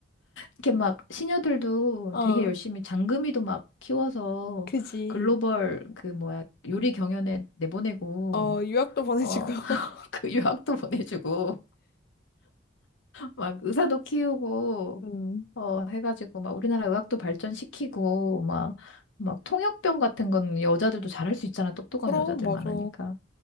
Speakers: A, on the left; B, on the left.
A: 이렇게 막 시녀들도
B: 어,
A: 되게 열심히 장금이도 막 키워서
B: 그지.
A: 글로벌 그 뭐야 요리 경연에 내보내고
B: 어, 유학도 보내주고.
A: 어
B: <laughs>
A: <laughs> 그 유학도 보내주고 막 의사도 키우고
B: 음.
A: 어 해가지고 막 우리나라 의학도 발전시키고 막 막 통역병 같은 건 여자들도 잘할 수 있잖아 똑똑한
B: 그럼,
A: 여자들
B: 맞아.
A: 많으니까